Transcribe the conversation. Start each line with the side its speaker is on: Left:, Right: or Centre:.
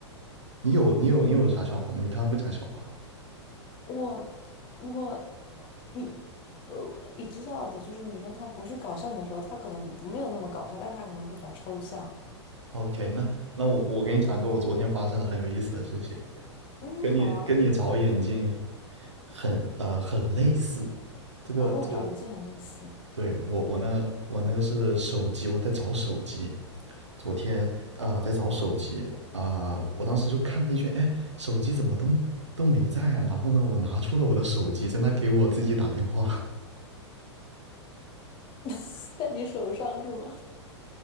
Right: 你有你有你有啥笑话吗？你平常不讲笑话
Left: 我我你呃，你知道的，就是女生她不是搞笑你的时候，她可能不没有那么搞笑，但她可能会比较抽象。
Right: ？OK，那那我我给你讲一个我昨天发生的很有意思的事情，
Left: 嗯，
Right: 跟你跟你找眼镜
Left: 好啊，
Right: 很呃很类似。这个这个，
Left: 哦，跟我长眼睛很类似，
Right: 对我我那我那个是手机，我在找手机。昨天啊、呃在找手机啊、呃我当时就看了一圈，哎，手机怎么都都没在啊？然后呢，我拿出了我的手机，在那给我自己打电话。
Left: <laughs> 在你手上是吗？